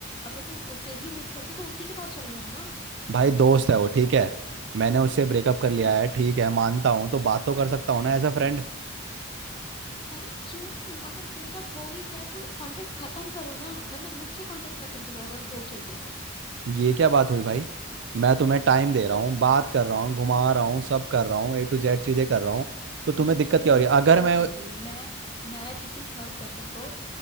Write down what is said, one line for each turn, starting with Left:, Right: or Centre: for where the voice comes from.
Left: अगर तुम उसे ही मिस करते हो तो उसी के पास चले जाओ ना
Right: भाई दोस्त है वो ठीक है मैंने उससे ब्रेकअप कर लिया है ठीक है मानता हूँ तो बात तो कर सकता हूँ ना एज अ फ्रेंड
Left: अरे क्यों अगर ब्रेकअप हो ही गया है, तो कांटेक्ट खत्म करो ना वरना मुझसे कांटेक्ट खत्म करो अगर वो चाहिए तो
Right: ये क्या बात हुई भाई मैं तुम्हें टाइम दे रहा
Left: तो
Right: हूँ बात कर रहा हूँ घुमा रहा हूँ सब कर रहा हूँ ए टू जेड चीजें कर रहा हूँ तो तुम्हें
Left: मुझे
Right: दिक्कत क्या
Left: नहीं
Right: हो रही है अगर मैं
Left: चाहिए मैं मैं किसी थर्ड पर्सन को